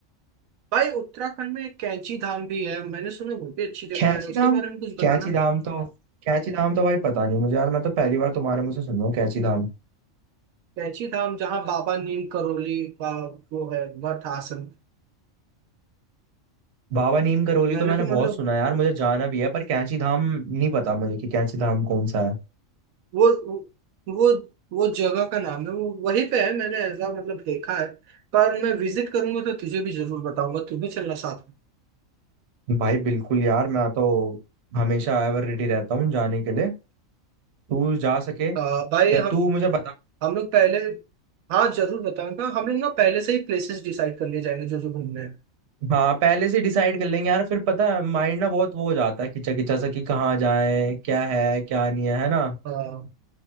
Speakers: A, on the right; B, on the right.
A: भाई उत्तराखंड में एक कैंची धाम भी है मैंने सुना वो भी अच्छी जगह
B: कैंची
A: है उसके
B: धाम
A: बारे में कुछ बताना
B: कैंची धाम तो कैंची धाम तो भाई पता नहीं मुझे यार मैं तो पहली बार तुम्हारे मुंह से सुन रहा हूँ कैंची धाम
A: कैंची धाम जहाँ बाबा नीम करोली का वो है मठ आसन
B: बाबा नीम करोली
A: मैंने
B: तो मैंने
A: तो मतलब
B: बहुत सुना है यार मुझे जाना भी है पर कैंची धाम नहीं पता मुझे कि कैंची धाम कौन सा है
A: वो वो वो जगह का नाम है वो वहीं पे है मैंने ऐसा मतलब देखा है पर मैं विजिट करूंगा तो तुझे भी जरूर बताऊंगा तू भी चलना साथ
B: भाई बिल्कुल यार मैं तो हमेशा एवर रेडी रहता हूँ जाने के लिए तू जा सके
A: आ, भाई
B: या
A: हम
B: तू मुझे बता
A: हम लोग पहले हाँ जरूर बताऊंगा हम लोग ना पहले से ही प्लेसेस डिसाइड कर लिए जाएंगे जो जो घूमने हैं
B: हाँ पहले से डिसाइड कर लेंगे यार फिर पता है माइंड ना बहुत वो हो जाता है खिंचा खिंचा सा कि कहाँ जाए क्या है क्या नहीं है है ना
A: हाँ